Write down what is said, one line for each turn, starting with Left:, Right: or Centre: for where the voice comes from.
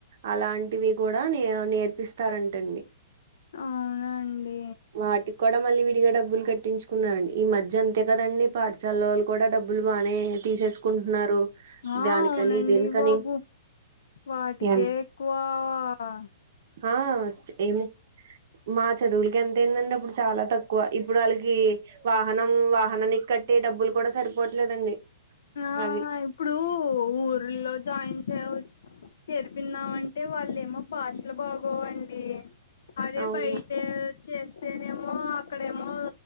Right: అలాంటివి కూడా నే నేర్పిస్తారంటండి
Left: అవునండి
Right: వాటికి కూడా మళ్ళీ విడిగా డబ్ డబ్బులు కట్టించుకున్నారండి ఈ మధ్య అంతే కదండి పాఠశాల వాళ్ళు కూడా డబ్బులు బానే తీసేసుకుంటున్నారు
Left: ఆ
Right: దానికని
Left: అవునండి
Right: దీనికని
Left: బాబు వాటికే
Right: ఎంత
Left: ఎక్కువ ఆ
Right: ఆ ఏమి మా చదువులకి ఎంత అయిందండి అప్పుడు చాలా తక్కువ ఎక్కువ ఇప్పుడు వాళ్ళకి వాహనం వాహనాన్ని కట్టే డబ్బులు కూడా సరిపోవట్లేదండి
Left: ఆ
Right: అవి
Left: ఇప్పుడు ఊర్లో జాయిన్ చేయచ్చు చేరిపిందామంటే వాళ్ళేమో భాషలు బాగోవండి అదే
Right: అవును
Left: బయట చేస్తేనేమో అక్కడేమో